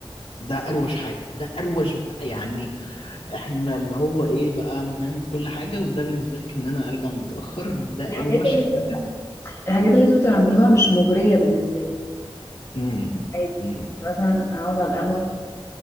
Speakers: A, on the left; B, on the left.
A: ده اروش حاجة ده اروش يعني احنا اللي هو ايه بقى بنعمل كل حاجة وده بالنسبة لك ان انا ارجع متأخر ده
B: الحاجات
A: اروش
B: اللي انتوا
A: حاجة
B: الحاجات اللي انتوا بتعملوها مش مغرية بالنسبة لي
A: امم
B: عادي
A: امم
B: يعني مثلا اقعد على القهوة